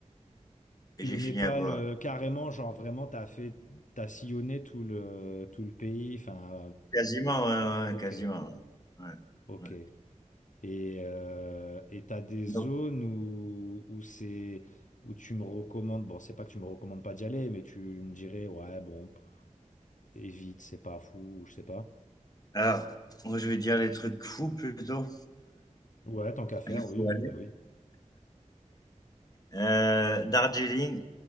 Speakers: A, on the left; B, on the left.
A: Et
B: Le
A: j'ai
B: Népal,
A: fini à Goa.
B: euh, carrément, genre vraiment, t'as fait, t'as sillonné tout le, tout le pays, enfin,
A: Quasiment, ouais, ouais,
B: ok,
A: ouais, quasiment. Ouais.
B: ok.
A: Ouais, ouais.
B: Et euh, et t'as des zones
A: Donc,
B: où, où c'est où tu me recommandes, bon, c'est pas que tu me recommandes pas d'y aller, mais tu me dirais, ouais, bon, pff, évite, c'est pas fou, ou je sais pas.
A: alors, moi, je vais dire les trucs fous plutôt.
B: Ouais, tant qu'à faire,
A: Il
B: oui,
A: faut
B: oui,
A: aller.
B: bah oui.
A: Euh, Darjeeling,